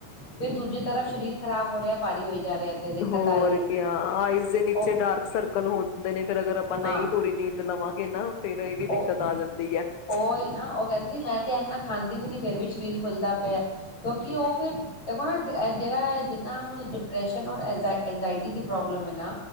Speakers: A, on the left (about 65°); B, on the left (about 85°).
A: ਫਿਰ ਦੂਜੀੇ ਤਰਫ ਸਰੀਰ ਖਰਾਬ ਹੋ ਰਿਹਾ ਹੈ। ਪਾਰੀ ਹੋਈ ਜਾ ਰਹੀ ਤੇ ਦਿੱਕਤ
B: ਹੋਰ
A: ਆ ਹੈ
B: ਕਯਾ, ਆਈਜ਼ ਦੇ ਨੀਚੇ
A: ਉਹ
B: ਡਾਰਕ ਸਰਕਲ ਹੋ ਜਾਂਦੇ ਨੇ, ਫਿਰ ਅਗਰ ਆਪਾਂ ਨਹੀਂ
A: ਹਾਂ
B: ਪੂਰੀ ਨੀਂਦ ਲਵਾਂਗੇ ਨਾ, ਫੇਰ ਇਹ ਵੀ
A: ਉਹ
B: ਦਿੱਕਤ ਆ ਜਾਂਦੀ ਹੈ।
A: ਉਹੀ
B: ਚ
A: ਨਾ ਉਹ ਕਹਿੰਦੀ ਮੈਂ ਤੇ ਏਨਾ ਖਾਂਦੀ ਵੀ ਨੀ ਫੇਰ ਵੀ ਸ਼ਰੀਰ ਫੁੱਲਦਾ ਪਿਆ ਹੈ। ਕਿਉਂਕਿ ਉਹ ਫਿਰ ਦੇਖੋ ਨਾ ਏ ਜਿਹੜਾ ਜਿਹਨਾਂ ਨੂੰ ਡਿਪਰੈਸ਼ਨ ਔਰ ਐਜ ਇੰਜਾਇਟੀ ਦੀ ਪ੍ਰੋਬਲਮ ਹੈ ਨਾ,